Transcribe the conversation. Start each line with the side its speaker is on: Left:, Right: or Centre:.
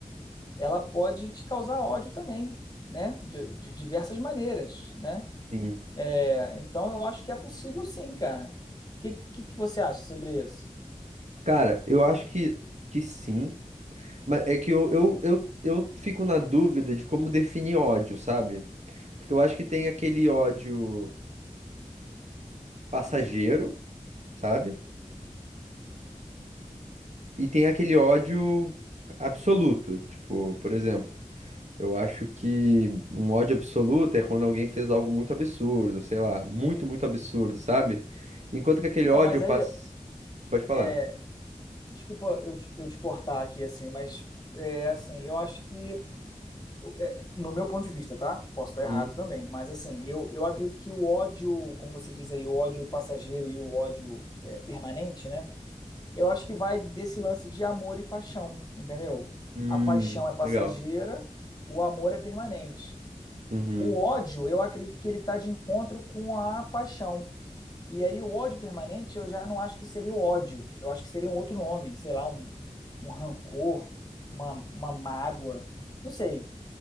Left: ela pode te causar ódio também, né? De, de diversas maneiras, né?
Right: Sim.
Left: É, então, eu acho que é possível sim, cara. O que, que, que você acha sobre isso?
Right: Cara, eu acho que, que sim, mas é que eu, eu, eu, eu fico na dúvida de como definir ódio, sabe? Porque eu acho que tem aquele ódio passageiro, sabe? E tem aquele ódio absoluto. Tipo, por exemplo, eu acho que um ódio absoluto é quando alguém fez algo muito absurdo, sei lá, muito, muito absurdo, sabe? Enquanto que aquele
Left: Então,
Right: ódio
Left: mas aí,
Right: passa. Pode falar.
Left: é, desculpa eu te, eu te cortar aqui, assim, mas é, assim, eu acho que é, no meu ponto de vista, tá? Posso estar
Right: Uhum.
Left: errado também, mas assim, eu, eu acredito que o ódio, como você diz aí, o ódio passageiro e o ódio é, permanente, né? Eu acho que vai desse lance de amor e paixão, entendeu?
Right: Hum,
Left: A paixão é passageira,
Right: legal.
Left: o amor é permanente.
Right: Uhum.
Left: O ódio, eu acredito que ele está de encontro com a paixão. E aí o ódio permanente eu já não acho que seria o ódio, eu acho que seria um outro nome, sei lá, um, um rancor, uma, uma mágoa, não sei.